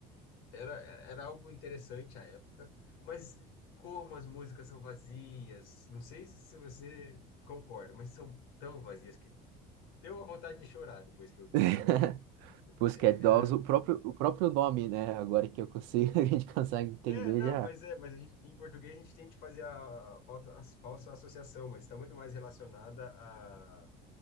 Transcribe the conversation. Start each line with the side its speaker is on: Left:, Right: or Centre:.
Left: Era, era algo interessante à época, mas como as músicas são vazias, não sei se você concorda, mas são tão vazias que deu uma vontade de chorar depois que eu vi.
Right: <laughs> Pussycat
Left: É,
Right: Dolls, o próprio, o próprio nome, né? Agora que eu consigo, <laughs> a gente consegue entender
Left: é, é, não,
Right: já.
Left: mas é, mas a gente, em português a gente tem que fazer a, falta, a falsa associação, mas está muito mais relacionada a,